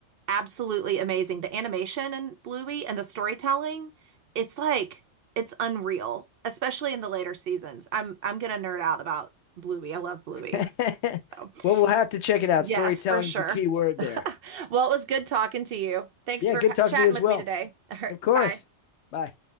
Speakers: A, on the right; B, on the left.
A: absolutely amazing. The animation in Bluey and the storytelling, it's like it's unreal, especially in the later seasons. I'm I'm gonna nerd out about Bluey. I love Bluey.
B: <laughs> well,
A: So,
B: we'll have to check it out.
A: yes,
B: Storytelling
A: for sure.
B: is the key word there.
A: Well, it was good talking to you. Thanks
B: Yeah,
A: for
B: good talking
A: chatting
B: to you as
A: with
B: well.
A: me today. All right,
B: Of course.
A: bye.
B: Bye.